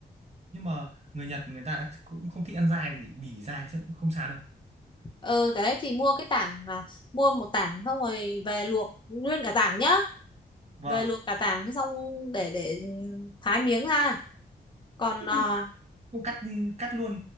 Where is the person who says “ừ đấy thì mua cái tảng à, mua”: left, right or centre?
Left